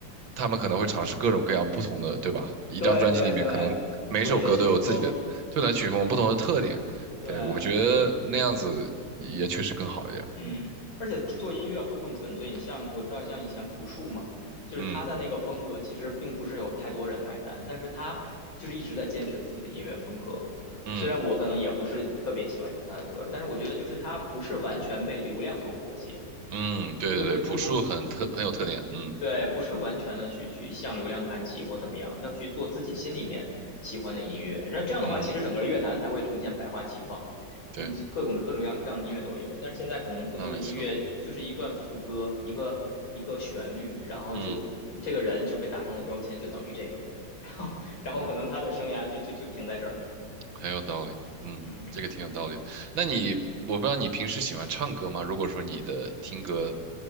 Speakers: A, on the right; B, on the left.
A: 他们可能会尝试各种各样不同的，对吧？一张专辑里面可能每首歌都有自己的对短曲风不同的特点，
B: 对对对，不懂得曲风，对，
A: 对，我觉得那样子也确实更好一点。
B: 嗯，
A: 嗯
B: 而且做音乐会更纯粹。你像我知道，像以前朴树嘛，就是他的那个风格，
A: 嗯
B: 其实并不是有太多人买单，但是他就是一直在坚持自己的音乐风格。
A: 嗯
B: 虽然我可能也不是特别喜欢听他的歌，但是我觉得就是他不是完全被流量所裹挟，
A: 嗯，对对对，
B: 对不对？不不不，
A: 朴树很特很有特点。
B: 嗯
A: 嗯
B: 对，不是完全的去去向流量看齐或怎么样，要去做自己心里面喜欢的音乐。那这样的话，
A: 嗯，
B: 其实整个乐坛才会呈现百花齐放，
A: 对，
B: 你各种各种各样各样的音乐都有。但是现在可能更多的音乐就是一段副歌，
A: 那没错。
B: 一个一个旋律，然后就这个人就被打上了标签，
A: 嗯
B: 就等于这个，<laughs> 然后然后可能他的生涯就就就停在这儿了。
A: 嗯。很有道理，嗯，
B: 嗯，
A: 这个挺有道理。那你，我不知道你平时喜欢唱歌吗？如果说你的听歌